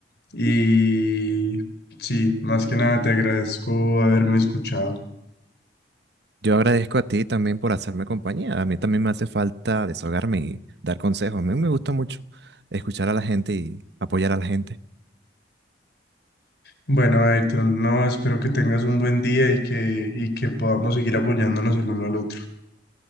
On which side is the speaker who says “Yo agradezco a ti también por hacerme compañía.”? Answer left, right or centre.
Right